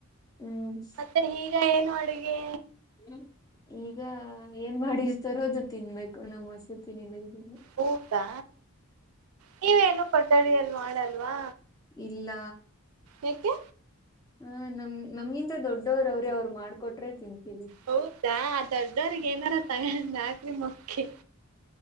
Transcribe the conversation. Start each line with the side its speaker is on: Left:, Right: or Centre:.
Left: ಹ್ಮ್ ಸ
Right: <inaudible> ಈಗ ಏನು ಅಡುಗೆ.
Left: ಹ್ಮ್ ಈಗ ಏನ್ ಮಾಡಿರ್ತಾರೋ ಅದು ತಿನ್ಬೇಕು ನಮ್ ವಸತಿ ನಿಲಯದಲ್ಲಿ.
Right: ಹೌದಾ ನೀವೇ ಏನು ಕೊಠಡಿಯಲ್ಲಿ ಮಾಡಲ್ವಾ.
Left: ಇಲ್ಲ.
Right: ಯಾಕೆ.
Left: ಹ್ಮ್ ನಮ್ ನಮಗಿಂತ ದೊಡ್ಡವ್ರ್ ಅವ್ರೆ ಅವ್ರ್ ಮಾಡ್ಕೊಟ್ರೆ ತಿಂತೀವಿ.
Right: ಹೌದಾ ದೊಡ್ಡವ್ರಿಗೆ ಏನಾರ ತಗಂಡ್ ಹಾಕರಿ ಮಕ್ಕೆ.